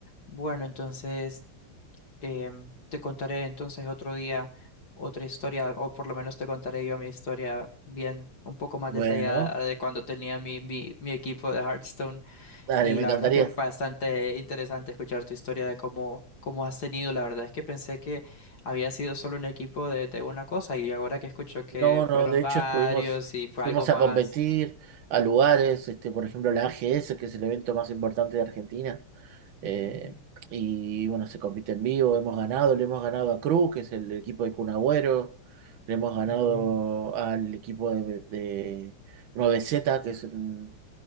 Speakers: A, on the left; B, on the right.
A: Bueno, entonces em, te contaré entonces otro día otra historia, o por lo menos te contaré yo mi historia bien, un poco más
B: Bueno,
A: detallada de cuando tenía mi, mi, mi equipo de Hearthstone.
B: dale,
A: Y
B: me
A: la
B: encantaría.
A: verdad que es bastante interesante escuchar tu historia de cómo, cómo has tenido. La verdad es que pensé que había sido solo un equipo de, de una cosa y ahora que escucho que
B: No, no,
A: fueron
B: de
A: varios
B: hecho estuvimos,
A: y fue
B: fuimos
A: algo más.
B: a competir a lugares, este, por ejemplo, la AGS, que es el evento más importante de Argentina. Eh,
A: Ujú,
B: y bueno, se compite en vivo, hemos ganado, le hemos ganado a Cruz, que es el equipo de Kun Agüero, le hemos ganado
A: ujú.
B: al equipo de, de 9Z, que es el,